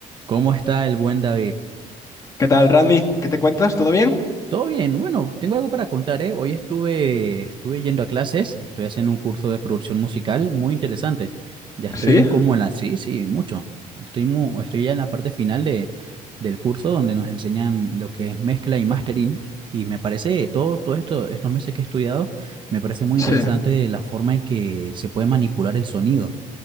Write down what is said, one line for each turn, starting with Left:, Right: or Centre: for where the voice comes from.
Right: ¿Cómo está el buen David?
Left: ¿Qué tal, Randy? ¿Qué te cuentas? ¿Todo bien?
Right: Todo bien. Bueno, tengo algo para contar, ¿eh? Hoy estuve, estuve yendo a clases, estoy haciendo un curso de producción musical muy interesante. Ya estoy
Left: ¿Sí?
Right: como en la... Sí, sí, mucho. Estoy, mu- estoy ya en la parte final de, del curso donde nos enseñan lo que es mezcla y mastering. Y me parece, todo, todo esto, estos meses que he estudiado, me parece muy
Left: Sí.
Right: interesante la forma en que se puede manipular el sonido